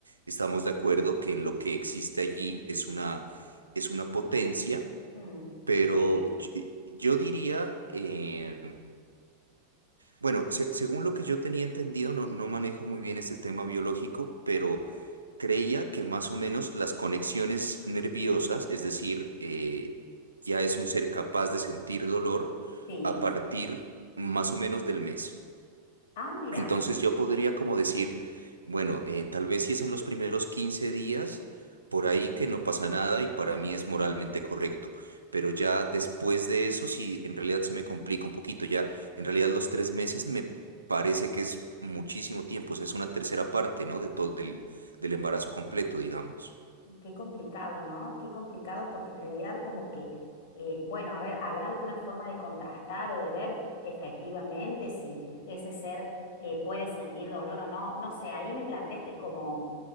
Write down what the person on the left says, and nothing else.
Mm.
Sí,
sí.
Ah, mira.
Qué complicado, ¿no? Qué complicado porque en realidad como que, eh, bueno, a ver, habrá alguna forma de contrastar o de ver efectivamente si ese ser eh, puede sentir dolor o no. No sé, ahí me planteaste como